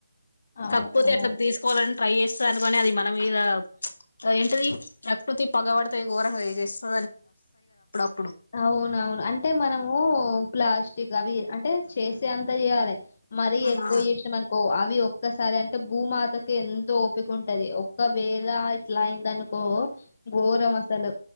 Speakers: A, on the left; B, on the left.
A: అవును
B: కాకపోతే ఎట్లా తీసుకోవాలని ట్రై చేస్తారు అనుకని అది మన మీద ఏంటిది ప్రకృతి పగబడితే ఈ ఘోరంగ ఇది చేస్త పస <unintelligible>
A: అవునవును అంటే మనము ప్లాస్టిక్ అవి అంటే చేసే అంత చేయాలి మరీ
B: ఆ
A: ఎక్కువ చేసినం అనుకో అవి ఒక్కసారి అంటే భూమాతకు ఎంతో ఓపిక ఉంటది ఒక్కవేళ ఇట్లా అయిందనుకో ఘోరమసలు